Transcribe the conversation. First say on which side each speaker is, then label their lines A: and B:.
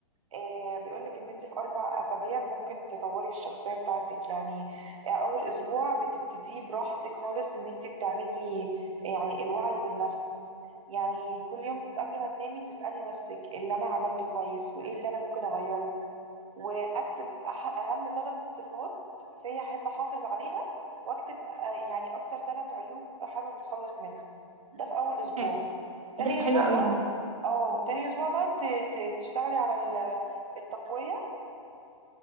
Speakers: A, on the right; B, on the right.
A: إيه بيقولك ان انت في اربع اسابيع ممكن تطوري الشخصيه بتاعتك يعني آه، اول اسبوع بتبتديه براحتك خالص ان انت بتعملي يعني الوعي بالنفس يعني كل يوم قبل ما تنامي تسألي نفسك إيه اللي انا عملته كويس وايه اللي انا ممكن اغيره واكتب أح اهم ثلاث صفات فيا احب احافظ عليها واكتب آه، يعني اكتر ثلاث عيوب حابب اتخلص منها ده في اول اسبوع
B: آه،
A: تاني
B: ده
A: اسبوع
B: حلو قوي
A: بقى
B: ده
A: اه تاني اسبوع بقى ت- ت- تشتغلي على ال- التقوية